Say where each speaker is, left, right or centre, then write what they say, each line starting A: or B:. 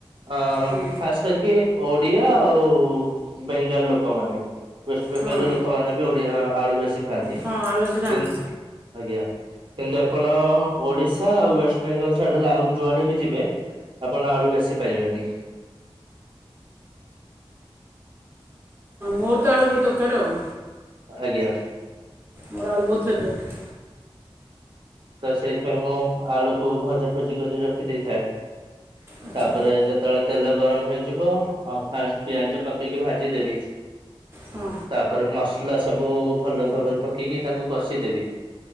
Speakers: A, on the right; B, on the right.
A: ଅ
B: ହଁ
A: ଖାସ କରିକି ଓଡିଆ ଆଉ ବେଙ୍ଗାଲ ଲୋକମାନୋନ ୱେଷ୍ଟ ବେଙ୍ଗାଲ
B: ହଁ
A: ଲୋକମାନେ ଓଡ଼ିଆ ଆଳୁ ବେଶୀ ଖାଆନ୍ତି
B: ହଁ ଆଳୁ ବେଶୀ ଖାଆନ୍ତି
A: କିନ୍ତ ଆଜ୍ଞା କିନ୍ତୁ ଆପଣ ଓଡିଶା ଆଉ ୱେଷ୍ଟ ବେଙ୍ଗଲ ଛାଡିଦେଲେ ଆଉ ଯୁଆଡେ ବି ଯିବେ ଆପଣ ଆଳୁ ବେଶୀ ପାଇବେନି
B: ମୋର ତ ଆଳୁ ବହୁତ ଦରକାର ଆଉ
A: ଆଜ୍ଞା
B: ମୋର ଆଳୁ ବହୁତ ଫେବରଟ୍
A: ତ ସେଇପାଇଁ ମୁଁ ଆଳୁକୁ ଭଜା ଭଜି କରି ରଖି ଦେଇଥାଏ
B: ଆଚ୍ଛା
A: ତାପରେ ଯେତେବେଳେ ତେଲ ଗରମ ହେଇଯିବ ହଁ ଫାଷ୍ଟ ପିଆଜ ପକେଇକି ଭାଜିଦେବି
B: ହଁ
A: ତାପରେ ମସଲା ସବୁ ଭଲ ଭାବରେ ପକେଇକି ତାକୁ କଷିଦେବି